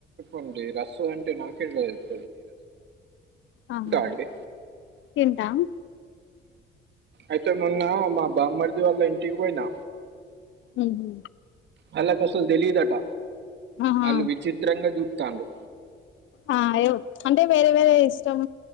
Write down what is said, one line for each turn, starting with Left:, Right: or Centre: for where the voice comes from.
Right: అండి రస్సు అంటే నాకేం తెలుసు
Left: ఆహా
Right: అండి
Left: తింటాం
Right: అయితే మొన్న మా బామ్మర్ది వాళ్ళ ఇంటికి పోయినా
Left: ఉహు
Right: వాళ్ళకు అసలు తెలీయదట
Left: ఆహా
Right: అళ్ళు విచిత్రంగా చూతండ్లు
Left: అయ్ యో అంటే వేరే వేరే ఇష్టం